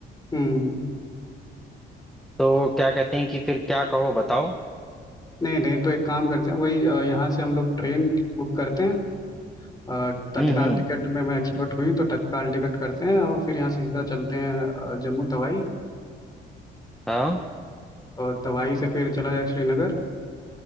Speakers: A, on the left; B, in the centre.
A: हम्म
B: तो क्या कहते हैं कि फिर क्या कहो बताओ
A: नहीं नहीं तो एक काम करते हैं वही अ, यहाँ से हम लोग ट्रेन बुक करते हैं अ, तत्काल
B: हम्म हम्म
A: टिकट में मैं एक्सपर्ट हुई हूँ, तो तत्काल टिकट करते हैं और फिर यहाँ से सीधा चलते हैं अ, जम्मू तवाई
B: हाँ
A: और तवाई से फिर चला जाए श्रीनगर